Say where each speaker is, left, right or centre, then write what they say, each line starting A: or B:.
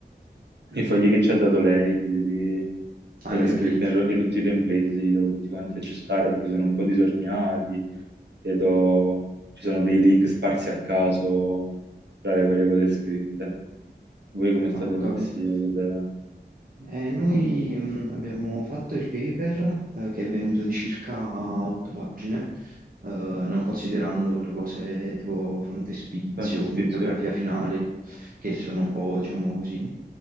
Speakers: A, on the right; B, on the right.
A: i fogli che ci ha dato lei, quelli lì con
B: Ah,
A: le
B: i template.
A: scritte in ro- e tutti i template, li devo tutti quanti aggiustare perché sono un po' disordinati e do- ci sono dei link sparsi a caso tra le varie cose scritte. Voi come state
B: Ah, ho capito.
A: messi? Avete
B: Eh, noi mh, abbiamo fatto il paper eh, che è venuto di circa otto pagine eh, non considerando le cose tipo frontespizio,
A: quante ispezioni?
B: bibliografia finale, che sono un po', diciamo così.